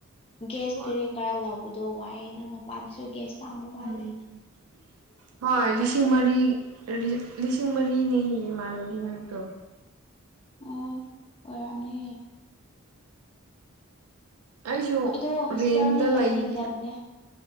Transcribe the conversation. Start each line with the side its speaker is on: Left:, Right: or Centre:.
Left: ꯒ꯭ꯦꯁ
Right: ꯍꯣꯏ
Left: ꯀꯔꯤ ꯀꯔꯥ ꯂꯕꯗꯣ ꯋꯥꯏꯦ ꯅ ꯃꯄꯥꯟꯗꯁꯨ ꯒꯦꯌꯥꯁ ꯇꯝꯕ ꯃꯥꯜꯂꯦ
Right: ꯎꯝ ꯍꯣꯏ ꯂꯤꯁꯤꯡ ꯃꯔꯤ ꯂꯤꯁꯤꯡ ꯃꯔꯤꯅꯤ ꯏꯃꯥꯟꯅꯕꯤꯗꯣ
Left: ꯑꯣ ꯑꯣꯏꯔꯝꯅꯤ
Right: ꯑꯩꯁꯨ
Left: ꯑꯗꯣ ꯍꯣꯁꯇꯦꯜꯗꯤ
Right: ꯔꯦꯟꯇꯗ
Left: ꯂꯩꯅꯤꯡꯗꯕꯅꯦ
Right: ꯂꯩꯒꯦ